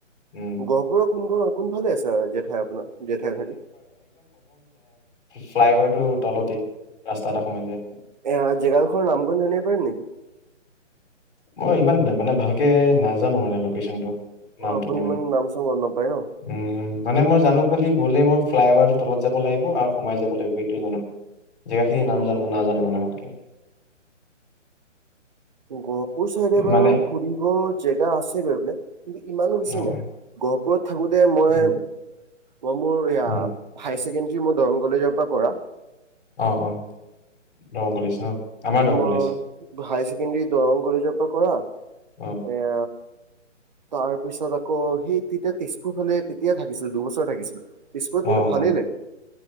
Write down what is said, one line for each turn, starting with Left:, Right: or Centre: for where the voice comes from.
Left: উম,
Right: গহপুৰৰ কোন ক কোনফালে আছে জেঠাই আপোনাৰ জেঠাই থাগে?
Left: ফ্লাইঅভাৰ টো তলতেই ৰাস্তা এটা সোমাই যায়।
Right: আহ জেগাদখনৰ নামটো জানিব পাৰিম নেকি?
Left: মই ইমান মানে ভালকে নাজানো মানে লোকেশচনটো। নামটো
Right: অ আপুনি
Left: মানে
Right: ইমান নাম চাম গম নাপায় ন
Left: উম মানে মই জানো খালি। গ'লে মোৰ ফ্লাই অভাৰটো তলত যাব লাগিব আৰু সোমাই যাব লাগিব এইটোৱে জানো। জেগাখিনি
Right: অ
Left: নাম
Right: অ
Left: না
Right: অ
Left: নাজানো মান ভালকে।
Right: গহপুৰ চাইডে বাৰু
Left: মানে
Right: ঘুৰিব জেগা আছে গৈ বোলে। কিন্তু ইমানো বেছি
Left: অ',
Right: নাই
Left: অ',
Right: গহপুৰত থাকোতে মই।
Left: উম,
Right: মই মোৰ হাই
Left: উম,
Right: ছেকেণ্ডৰী মই দৰং কলেজৰ পৰা কৰা।
Left: অ অ, দৰ‍ং কলেজ। ন আমাৰ দৰং
Right: মই
Left: কলেজ
Right: হাই ছেকেণ্ডাৰী দৰং কলেজৰ পৰা কৰা
Left: অ',
Right: এ তাৰ পিছত আকৌ সেই তেতিয়া তেজপুৰ ফালে তেতিয়া থাকিছিল দুবছৰ থাকিছিলো। তেজপুৰত
Left: অ',
Right: কিন্তু ভালেই
Left: অ',
Right: লাগে